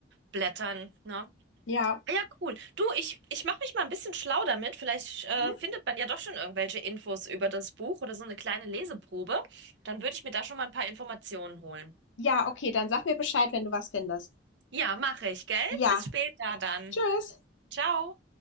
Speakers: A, on the right; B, on the left.
A: blättern, ne?
B: Ja.
A: Ah Ja, cool. Du, ich, ich mache mich mal ein bisschen schlau damit. Vielleicht äh,
B: Mhm.
A: findet man ja doch schon irgendwelche Infos über das Buch oder so eine kleine Leseprobe. Dann würde ich mir da schon mal ein paar Informationen holen.
B: Ja, okay, dann sag mir Bescheid, wenn du was findest.
A: Ja, mache ich, gell?
B: Ja.
A: Bis später dann.
B: Tschüss.
A: Ciao.